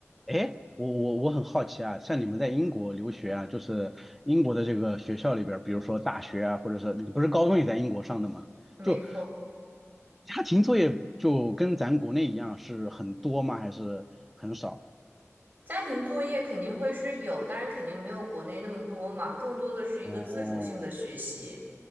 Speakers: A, in the centre; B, on the right.
A: 哎，我我我很好奇啊，像你们在英国留学啊，就是英国的这个学校里边儿，比如说大学啊，或者是你不是高中也在英国上的吗？
B: 没错，
A: 就家庭作业就跟咱国内一样是很多吗？还是很少？
B: 家庭作业肯定会是有，当然肯定没有国内那么多嘛，更多的是一个自主性的学习。
A: 哦，